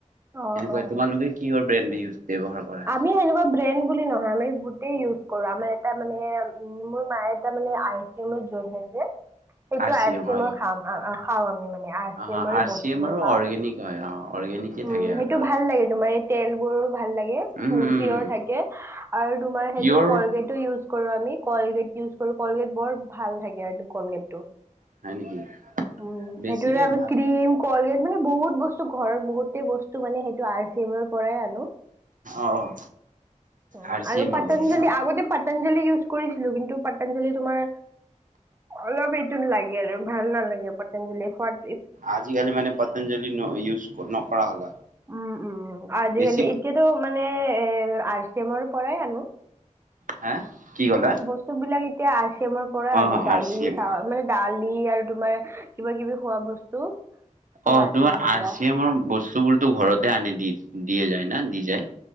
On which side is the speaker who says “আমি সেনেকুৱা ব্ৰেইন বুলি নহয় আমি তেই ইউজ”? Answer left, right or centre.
Right